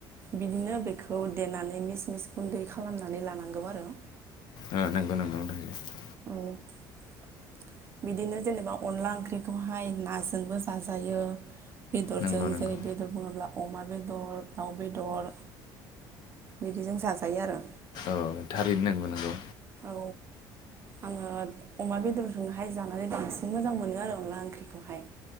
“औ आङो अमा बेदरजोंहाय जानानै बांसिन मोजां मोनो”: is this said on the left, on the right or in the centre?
Right